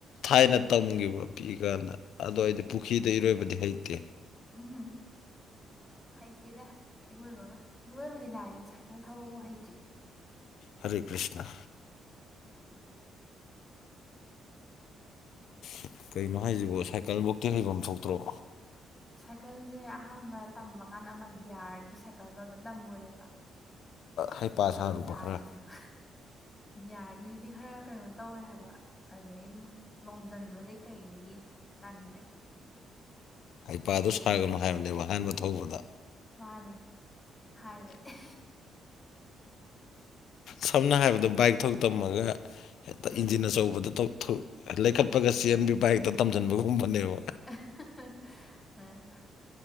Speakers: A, on the left; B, on the left.
A: ꯊꯥꯢꯅ ꯇꯝꯒꯤꯕ ꯄꯤꯛꯏꯀꯥꯟꯗ ꯑꯗꯣ ꯑꯩꯗꯤ ꯄꯨꯈꯤꯗ ꯏꯔꯣꯢꯕꯗꯤ ꯍꯩꯇꯦ
B: ꯎꯝ ꯍꯨꯝ ꯍꯩꯇꯦꯗ ꯏꯔꯣꯢꯕꯒ ꯏꯔꯣꯢꯕꯗꯤ ꯂꯥꯏꯔꯗꯅꯥ ꯁꯥꯢꯀꯜ ꯊꯧꯕꯕꯨ ꯍꯩꯇ꯭ꯔꯤ
A: ꯍꯔꯦ ꯀ꯭ꯔꯤꯁꯅ ꯏꯁ ꯀꯩꯅꯣ ꯍꯥꯏꯖꯤꯕꯣ ꯁꯥꯏꯀꯜꯕꯣꯛꯇꯤ ꯍꯩꯕꯝ ꯊꯣꯛꯇ꯭ꯔꯣ
B: ꯁꯥꯢꯀꯜꯖꯦ ꯑꯍꯥꯟꯕ ꯇꯝꯕ ꯀꯥꯟꯗ ꯑꯃ ꯒꯤꯌꯥꯔꯒꯤ ꯁꯥꯢꯀꯜꯗꯣ ꯑꯗ ꯇꯝꯃꯨꯔꯦꯕ
A: ꯍꯩꯄꯥ
B: ꯑꯗꯨ
A: ꯁꯥꯔꯨꯕ
B: ꯒ꯭ꯌꯥꯔꯒꯤ
A: ꯈꯔ
B: ꯍ ꯒ꯭ꯌꯥꯔꯤꯒꯤꯖꯤꯗꯤ ꯈꯔ ꯀꯩꯅꯣ ꯇꯧꯋꯦ ꯍꯥꯢꯕ ꯑꯗꯨꯗꯒꯤ ꯑꯗꯨꯝ ꯂꯣꯡꯖꯟꯕꯗꯩ ꯀꯩꯗꯒꯤ ꯇꯟꯒ꯭ꯔꯦ
A: ꯍꯩꯄꯥꯗꯣ ꯁꯥꯒꯅꯨ ꯍꯥꯢꯕꯅꯦꯕ ꯑꯍꯥꯟꯕ ꯊꯧꯕꯗ
B: ꯃꯥꯟꯅꯦ ꯍꯥꯢꯕ ꯑꯦꯍꯦ
A: ꯁꯝꯅ ꯍꯥꯢꯔꯕꯗ ꯕꯥꯏꯛ ꯊꯧ ꯇꯝꯃꯒ ꯍꯦꯇ
B: ꯎꯝ
A: ꯏꯟꯖꯤꯟ ꯑꯆꯧꯕꯗ ꯇꯧꯊꯣꯛ ꯂꯩꯈꯠꯄꯒ ꯆꯦꯟꯕꯤ ꯕꯥꯏꯛꯇ ꯇꯝꯖꯟꯕꯒꯨꯝꯕꯅꯦꯕ
B: <unintelligible>